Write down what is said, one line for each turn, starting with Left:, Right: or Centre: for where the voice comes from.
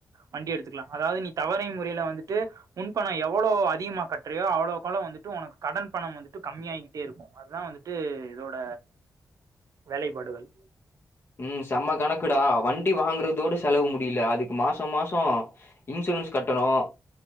Right: வண்டி எடுத்துக்கலாம் அதாவது நீ தவணை முறையில வந்துட்டு முன்பணம் எவ்வளோ அதிகமா கட்டுறியோ அவ்ளோக்கவ்ளோ வந்துட்டு உனக்கு கடன் பணம் வந்துட்டு கம்மியாகிட்டே இருக்கும் அதா வந்துட்டு இதோட வேலைப்பாடுகள்
Left: உம் செம்ம கணக்குடா வண்டி வாங்குறதோடு செலவு முடியல அதுக்கு மாசம் மாசம் இன்சூரன்ஸ் கட்டணும்